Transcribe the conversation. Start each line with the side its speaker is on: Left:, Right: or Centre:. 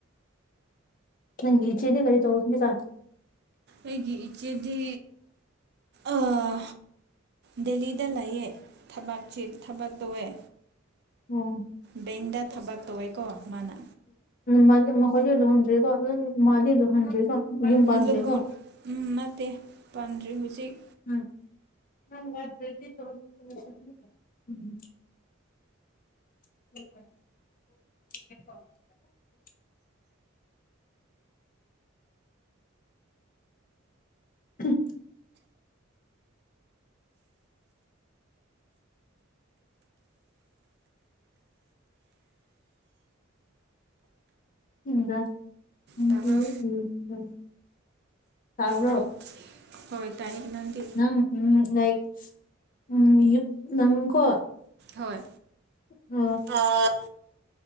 Left: ꯅꯪꯒꯤ ꯏꯆꯦꯗꯤ ꯀꯔꯤ ꯇꯧ ꯍꯧꯖꯤꯛꯀꯥꯟ
Right: ꯑꯩꯒꯤ ꯏꯆꯦꯗꯤ ꯑꯥ ꯗꯦꯂꯤꯗ ꯂꯩꯌꯦ ꯊꯕꯛ ꯆꯦ ꯊꯕꯛ ꯇꯧꯑꯦ
Left: ꯑꯣꯝ
Right: ꯕꯦꯡꯗ ꯊꯕꯛ ꯇꯧꯋꯦꯀꯣ ꯃꯥꯅ
Left: ꯃꯥꯗꯤ ꯃꯈꯣꯏꯗꯤ ꯂꯨꯍꯣꯡꯗ꯭ꯔꯤꯀꯣ ꯃꯥꯗꯤ ꯂꯨꯍꯣꯡꯗ꯭ꯔꯤꯀꯣ ꯌꯨꯝ
Right: ꯂꯨꯍꯣ
Left: ꯄꯥꯟꯗ꯭ꯔꯤꯀꯣ
Right: ꯎꯝ ꯅꯠꯇꯦ ꯄꯥꯟꯗ꯭ꯔꯤ ꯍꯨꯖꯤꯛ
Left: ꯎꯝꯝ <unintelligible> <inaudible> <unintelligible> ꯎ <inaudible> <unintelligible> <inaudible>
Right: ꯇꯥꯕ꯭ꯔꯣ
Left: ꯇꯥꯕ꯭ꯔꯣ
Right: ꯔꯣ ꯍꯣꯏ ꯇꯥꯏꯌꯦ ꯅꯪꯗꯤ
Left: ꯅꯪ ꯎꯝ ꯂꯥꯏꯛ ꯎꯝ ꯌꯨ ꯅꯪꯀꯣ
Right: ꯍꯣꯏ
Left: ꯑ,
Right: ꯑꯑ